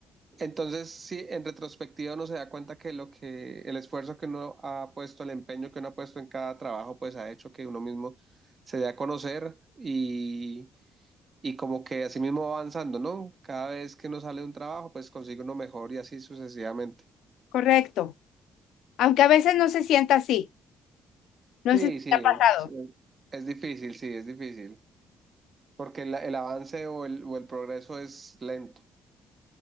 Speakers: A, on the right; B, on the left.
A: entonces sí, en retrospectiva uno se da cuenta que lo que, el esfuerzo que uno ha puesto, el empeño que uno ha puesto en cada trabajo, pues ha hecho que uno mismo se dé a conocer y, y como que así mismo va avanzando, ¿no? Cada vez que uno sale de un trabajo, pues consigue uno mejor y así sucesivamente.
B: Correcto. Aunque a veces no se sienta así. No
A: Sí,
B: sé si
A: sí,
B: te ha pasado.
A: es, es difícil, sí, es difícil, porque el el avance o el, o el progreso es lento,